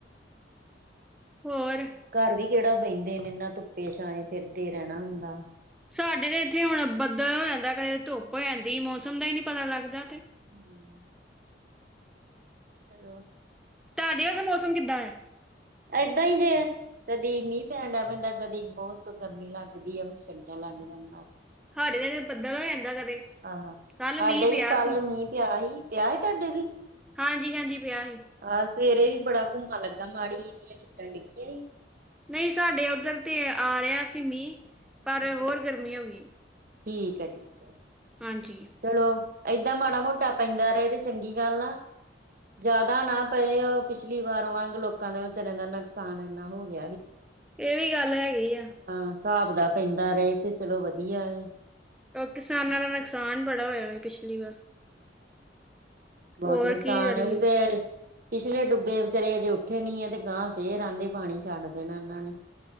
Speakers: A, in the centre; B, on the right (about 50°).
A: ਹੋਰ।
B: ਘਰ ਵੀ ਕਿਹੜਾ ਬਹਿੰਦੇ ਨੇ ਇਹਨਾਂ ਧੁੱਪੇ, ਛਾਏ ਫਿਰਦੇ ਰਹਿਣਾ ਹੁੰਦਾ।
A: ਸਾਡੇ ਤੇ ਇੱਥੇ ਹੁਣ ਬੱਦਲ ਹੋ ਜਾਂਦਾ, ਕਦੇ ਧੁੱਪ ਹੋ ਜਾਂਦੀ ਮੌਸਮ ਦਾ ਹੀ ਨਈ ਪਤਾ ਲੱਗਦਾ ਤੇ।
B: ਹੂੰ ਚਲੋ
A: ਤਾਡੇ ਓਥੇ ਮੌਸਮ ਕਿੱਦਾਂ ਆਂ?
B: ਐਦਾਂ ਈ ਜੇ। ਕਦੀ ਮ੍ਹੀਂ ਪੈਣ ਲੱਗ ਪੈਂਦਾ, ਕਦੀ ਬੋਤ ਗਰਮੀ ਲੱਗਦੀ ਆ, ਓ ਸੇਕਾ ਲੱਗ ਜਾਂਦਾ।
A: ਹਾਡੇ ਤੇ ਏਥੇ ਬੱਦਲ ਹੋ ਜਾਂਦਾ ਕਦੇ।
B: ਆਂ,
A: ਕੱਲ
B: ਸਾਡੇ
A: ਮੀਂਹ ਪਿਆ
B: ਵੀ ਕੱਲ
A: ਸੀ।
B: ਮ੍ਹੀਂ ਪਿਆ ਹੀ, ਪਿਆ ਹੀ ਤਾਡੇ ਵੀ।
A: ਹਾਂਜੀ-ਹਾਂਜੀ ਪਿਆ ਹੀ।
B: ਆ ਸਵੇਰੇ ਵੀ ਬੜਾ ਘੁੰਮਣ ਲੱਗਾ ਮਾੜੀ ਜੀਆਂ ਛਿੱਟਾਂ ਡਿੱਗੀਆਂ ਸੀ।
A: ਨੀ ਸਾਡੇ ਓਧਰ ਤੇ ਆ ਰਿਹਾ ਸੀ ਮ੍ਹੀਂ ਪਰ
B: ਅੱਛਾ
A: ਹੋਰ ਗਰਮੀ ਹੋ ਗੀ।
B: ਠੀਕ ਐ, ਠੀਕ ਐ।
A: ਹਾਂਜੀ।
B: ਚਲੋ, ਏਦਾਂ ਮਾੜਾ-ਮੋਟਾ ਪੈਂਦਾ ਰਏ ਤੇ ਚੰਗੀ ਗੱਲ ਆ। ਜਾਦਾ ਨਾ ਪਏ ਓ ਪਿਛਲੀ ਵਾਰ ਵਾਂਗ ਲੋਕਾਂ ਦਾ ਵਿਚਾਰਿਆਂ ਦਾ ਨੁਕਸਾਨ ਇੰਨਾ ਹੋ ਗਿਆ ਸੀ।
A: ਏ ਵੀ ਗੱਲ ਹੈਗੀ ਆ।
B: ਹਾਂ ਸਾਬ ਦਾ ਪੈਂਦਾ ਰਏ ਤੇ ਚਲੋ ਵਧੀਆ ਏ।
A: ਕਿਸਾਨਾਂ ਦਾ ਨੁਕਸਾਨ ਬੜਾ ਹੋਇਆ ਏ ਪਿਛਲੀ ਵਾਰ।
B: ਬੋਤ
A: ਹੋਰ
B: ਨੁਕਸਾਨ
A: ਕੀ ਕਰੀਏ
B: ਓ ਵੀ ਤੇ ਪਿਛਲੇ ਡੁੱਬੇ ਵਚਾਰੇ ਅਜੇ ਉੱਠੇ ਨੀ ਆ ਤੇ ਗਾਂ ਫੇਰ ਅ੍ਹਾਂਦੇ ਪਾਣੀ ਛੱਡ ਦੇਣਾ ਏਨਾਂ ਨੇ